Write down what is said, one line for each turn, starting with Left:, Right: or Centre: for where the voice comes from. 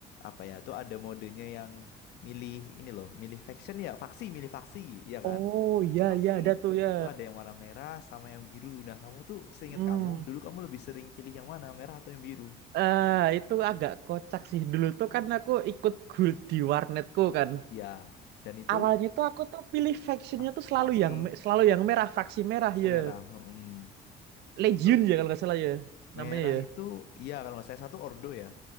Left: apa ya? Tuh ada modenya yang milih ini loh, milih faction ya, faksi, milih faksi, iya kan?
Right: Oh,
Left: Milih
Right: ya
Left: faksi.
Right: ya, ada tuh ya.
Left: Itu ada yang warna merah sama yang biru. Nah kamu tuh seingat
Right: Hmm.
Left: kamu dulu kamu lebih sering pilih yang mana, merah atau yang biru?
Right: Eh, itu agak kocak sih. Dulu tuh kan aku ikut guild di warnetku kan.
Left: Iya. Dan itu
Right: Awalnya tuh aku tuh pilih factionnya
Left: faksi
Right: tuh selalu
Left: faksi,
Right: yang me- selalu yang merah, faksi merah
Left: faksi
Right: ya.
Left: merah. Mm.
Right: Legion
Left: Terus
Right: ya kalau nggak salah ya
Left: merah
Right: namanya ya.
Left: itu iya kalau nggak saya satu ordo ya.